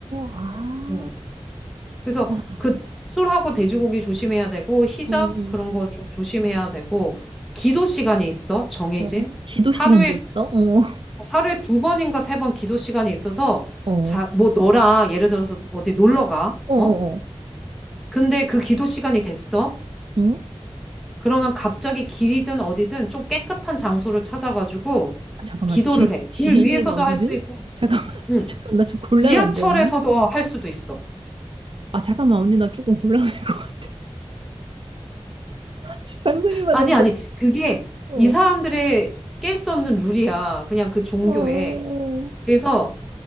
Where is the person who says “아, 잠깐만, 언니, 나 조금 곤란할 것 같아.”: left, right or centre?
Right